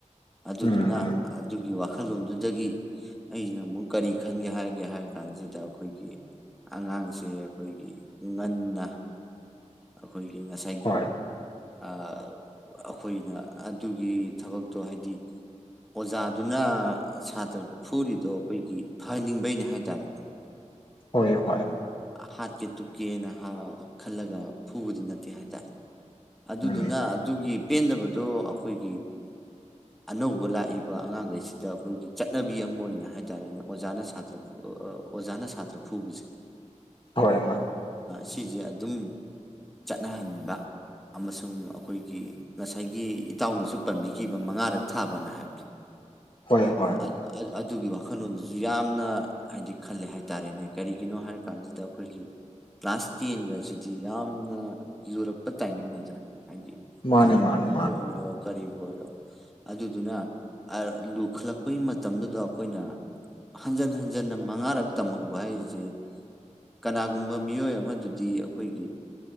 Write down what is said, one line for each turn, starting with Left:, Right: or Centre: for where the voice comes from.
Centre: ꯑꯗꯨꯗꯨꯅ
Left: ꯎꯝ ꯎꯝ
Centre: ꯑꯗꯨꯒꯤ ꯋꯥꯈꯜ ꯋꯥꯈꯜꯂꯣꯟꯗꯨꯗꯒꯤ ꯑꯩꯅ ꯑꯃꯨꯛ ꯀꯔꯤ ꯈꯟꯒꯦ ꯍꯥꯏꯒꯦ ꯍꯥꯏꯔ ꯀꯥꯟꯁꯤꯗ ꯑꯈꯣꯏꯒꯤ ꯑꯉꯥꯡꯁꯦ ꯑꯩꯈꯣꯏꯒꯤ ꯉꯟꯅ ꯑꯩꯈꯣꯏꯒꯤ ꯉꯁꯥꯏ
Left: ꯍꯣꯏ
Centre: ꯑ ꯑꯈꯣꯏꯅ ꯑꯗꯨꯒꯤ ꯊꯕꯛꯇꯣ ꯍꯥꯏꯗꯤ ꯑꯣꯖꯥꯗꯨꯅ ꯁꯥꯇ꯭ꯔꯗꯨ ꯐꯨꯔꯤꯗꯣ ꯑꯩꯈꯣꯏꯒꯤ ꯐꯍꯟꯅꯤꯡꯕꯩꯅꯦ ꯍꯥꯏꯇꯥꯔꯦ
Left: ꯍꯣꯢ ꯍꯣꯢ
Centre: ꯍꯥꯠꯀꯦ ꯇꯨꯞꯀꯦꯅ ꯍꯥ ꯈꯜꯂꯒ ꯐꯨꯕꯗꯤ ꯅꯠꯇꯦ ꯍꯥꯏꯇꯥꯔꯦ ꯑꯗꯨꯗꯨꯅ
Left: ꯎꯝ
Centre: ꯑꯗꯨꯒꯤ ꯄꯦꯟꯗꯕꯗꯣ ꯑꯈꯣꯏꯒꯤ ꯑꯅꯧꯕ ꯂꯥꯛꯏꯕ ꯑꯉꯥꯡꯈꯩꯁꯤꯗ ꯑꯈꯣꯏꯒꯤ ꯆꯠꯅꯕꯤ ꯑꯃ ꯑꯣꯏꯅ ꯍꯥꯏꯇꯥꯔꯦꯅꯦ ꯑꯣꯖꯥꯅ ꯁꯥꯇ꯭ꯔ ꯑꯣꯖꯥꯅ ꯁꯥꯇ꯭ꯔ ꯐꯨꯕꯁꯦ
Left: ꯍꯣꯏ ꯍꯣꯏ
Centre: ꯁꯤꯁꯦ ꯑꯗꯨꯝ ꯆꯠꯅꯍꯟꯕ ꯑꯃꯁꯨꯡ ꯑꯈꯣꯏꯒꯤ ꯉꯁꯥꯏꯒꯤ ꯏꯇꯥꯎꯅꯁꯨ ꯄꯟꯕꯤꯈꯤꯕ ꯃꯉꯥꯔꯛ ꯊꯥꯕꯅ ꯍꯥꯏꯕꯗꯣ
Left: ꯍꯣꯏ ꯍꯣꯏ
Centre: ꯑ ꯑ ꯑꯗꯨꯒꯤ ꯋꯥꯈꯜꯂꯣꯟꯗꯨꯁꯨ ꯌꯥꯝꯅ ꯍꯥꯏꯗꯤ ꯈꯜꯂꯦ ꯍꯥꯏꯇꯥꯔꯦꯅꯦ ꯀꯔꯤꯒꯤꯅꯣ ꯍꯥꯏꯔ ꯀꯥꯟꯁꯤꯗ ꯑꯈꯣꯏꯒꯤ ꯀ꯭ꯂꯥꯁ ꯇꯦꯟꯒ ꯁꯤꯗꯤ ꯌꯥꯝꯅ ꯂꯨꯔꯛ ꯇꯥꯏꯃꯤꯡꯅꯤꯗ ꯍꯥꯏꯗꯤ
Left: ꯃꯥꯅꯦ
Centre: ꯂꯥꯏꯔꯤꯛ
Left: ꯃꯥꯅꯦ ꯃꯥꯅꯦ
Centre: ꯑꯣꯏꯔꯣ ꯀꯔꯤꯕꯨ ꯑꯣꯏꯔꯣ ꯑꯗꯨꯗꯨꯅ ꯂꯨꯈꯠꯂꯛꯄꯒꯤ ꯃꯇꯝꯗꯨꯗ ꯑꯈꯣꯏꯅ ꯍꯟꯖꯟ ꯍꯟꯖꯟꯅ ꯃꯉꯥꯔꯛ ꯇꯝꯍꯧꯕ ꯍꯥꯏꯁꯦ ꯀꯅꯥꯒꯨꯝꯕ ꯃꯤꯑꯣꯏ ꯑꯃꯗꯨꯗꯤ ꯑꯈꯣꯏꯒꯤ